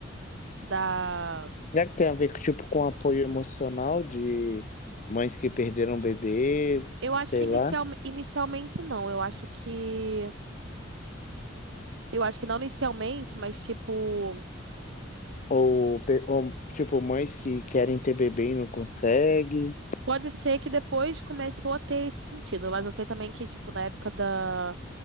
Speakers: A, on the right; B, on the left.
A: da...
B: Será que tem a ver, tipo, com apoio emocional de mães que perderam bebês,
A: Eu acho
B: sei
A: que inicial,
B: lá?
A: inicialmente não. Eu acho que eu acho que não inicialmente, mas tipo
B: Ou, pe- ou, tipo, mães que querem ter bebê e não conseguem?
A: Pode ser que depois começou a ter esse sentido, mas eu sei também que, tipo, na época da,